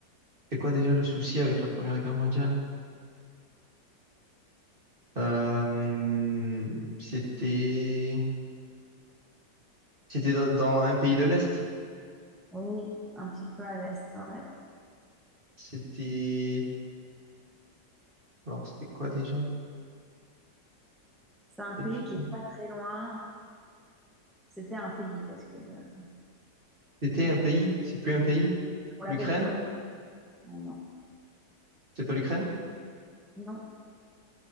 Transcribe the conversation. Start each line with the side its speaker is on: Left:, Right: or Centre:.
Right: C'est quoi déjà le souci avec la Première Guerre mondiale? Euh, C'était... C'était dans, dans un pays de l'Est.
Centre: Oui, un petit peu à l'est, ouais.
Right: C'était... Alors, c'était quoi déjà?
Centre: C'est un
Right: Pas
Centre: pays
Right: du tout.
Centre: qui est pas très loin. C'était un pays parce que on
Right: C'était un pays? C'est plus un pays?
Centre: l'appelle
Right: L'Ukraine?
Centre: plus comme ça maintenant.
Right: C'est pas l'Ukraine?
Centre: Non,